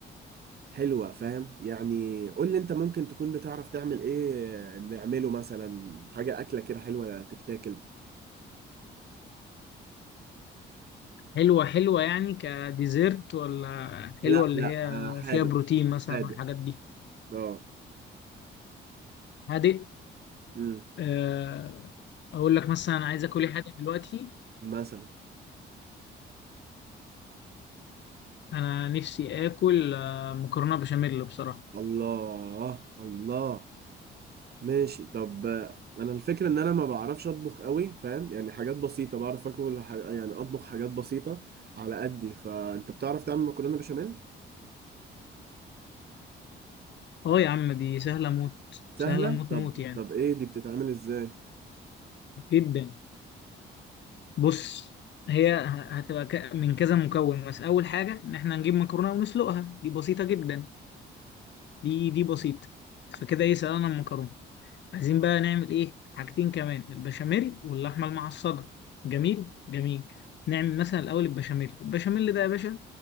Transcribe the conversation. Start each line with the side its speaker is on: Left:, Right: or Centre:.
Right: حلوه فاهم يعني قول لي انت ممكن تكون بتعرف تعمل ايه آه، نعمله مثلا حاجه اكله كده حلوه تتاكل
Left: حلوة حلوة يعني كديزرت ولا
Right: لا
Left: حلوة اللي
Right: لا
Left: هي
Right: آه، حادق
Left: فيها بروتين مثلا
Right: حادق
Left: والحاجات دي
Right: اه
Left: هادئ
Right: امم
Left: آه، اقول لك مثلا أنا عايز اكل ايه حاجة دلوقتي
Right: مثلا
Left: انا نفسي اكل آه، مكرونة بشاميل بصراحة
Right: الله الله ماشي طب آه، انا الفكره ان انا ما بعرفش اطبخ قوي فاهم يعني حاجات بسيطه بعرف اكل ح- يعني اطبخ حاجات بسيطه على قدي فانت بتعرف تعمل مكرونه بشاميل
Left: اه يا عم دي سهلة موت
Right: سهله
Left: سهلة موت
Right: طب
Left: موت يعني
Right: طب ايه دي بتتعمل ازاي
Left: جدا بص هي ه- هتبقى ك- من كذا مكون بس اول حاجة ان احنا نجيب مكرونة ونسلقها دي بسيطة جدا دي دي بسيطة فكده ايه سلقنا المكرونة عايزين بقى نعمل ايه حاجتين كمان البشاميل واللحمة المعصجة جميل جميل نعمل مثلا الأول البشاميل البشاميل ده يا باشا